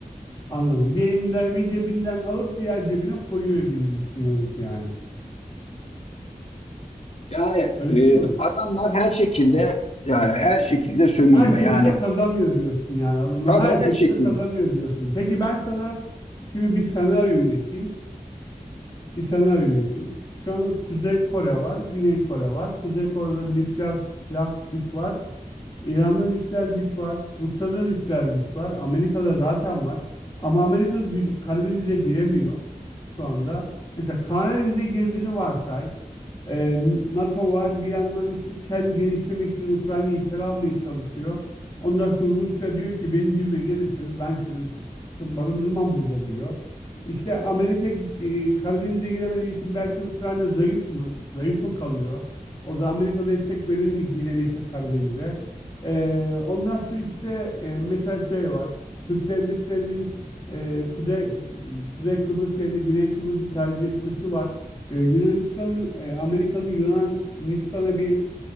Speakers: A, on the left; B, on the left.
A: Anladım. Bir elinden bir cebinden alıp diğer cebine koyuyor gibi düşünüyoruz yani.
B: Yani
A: Öyle
B: e,
A: değil mi?
B: adamlar her şekilde yani her şekilde sömürme.
A: Her şekilde
B: Yani
A: kazanıyor diyorsun yani adamlar.
B: tabii
A: Her
B: her
A: şekilde
B: şekilde
A: kazanıyor diyorsun. Peki ben sana şimdi bir senaryo üreteyim. Bir senaryo üreteyim. Şu an Kuzey Kore var, Güney Kore var. Kuzey Kore'de nükleer silah güç var. İran'da nükleer güç var. Rusya'da nükleer güç var. Amerika'da zaten var. Ama Amerika gü- Karadeniz'e giremiyor şu anda. Mesela Karadeniz'e girdiğini varsay. Ee, NATO var. Bir yandan işte kendi genişlemek için Ukrayna'yı içeri almaya çalışıyor. Ondan sonra Rusya diyor ki benim dibime gelirseniz ben sizi barındırmam burada diyor. İşte Amerika e, Karadeniz'e giremediği için belki Ukrayna zayıf mı? Zayıf mı kalıyor? Orada Amerika destek verir mi girebilse Karadeniz'e? Ee, ondan sonra işte e, mesela şey var. Türk devletlerinin e, Kuzey Kuzey Kıbrıs yerine Güney Kıbrıs'ı tercih etmesi var. E, Yunanistan'ın e, Amerika'nın Yunanistan'a bir